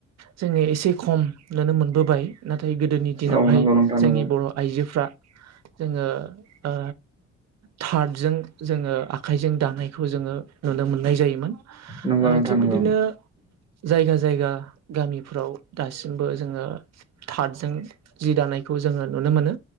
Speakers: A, on the right; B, on the right.
A: जोङो एसे खम नुनो मोनबोबाय ना नाथाय गोदोनि दिनावहाय
B: औ नंगौ नोंथां
A: जोंनि
B: नंगौ
A: बर' आइजोफ्रा जोङो ओ थादजों जोङो आखाइजों दानायखौ जोङो नुनो मोननाय जायोमोन।
B: नंगौ
A: ओ
B: नोंथां
A: थिग
B: नंगौ
A: बिदिनो जायगा जायगा गामिफ्राव दासिमबो जोङो थादजों जि दानाय खौ जोङो नुनो मोनो